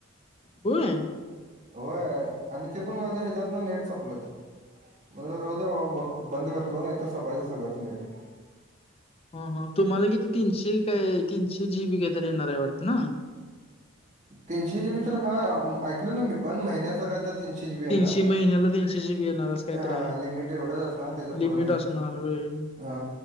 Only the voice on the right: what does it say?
होय आणि ते पण माझं हेच्यातल नेट संपलवत. म म्हणल राहू द्या बाबा ब- बंद करतो. नाही तर सपायचं सगळचं नेट.
तीनशे जी बी तर हा, ऐकलेल मी पण महिन्याचा काय तर तीनशे जीबी येणार
हा
लिमिट एवढंच असणार त्याच्या
पुढं नाही
हा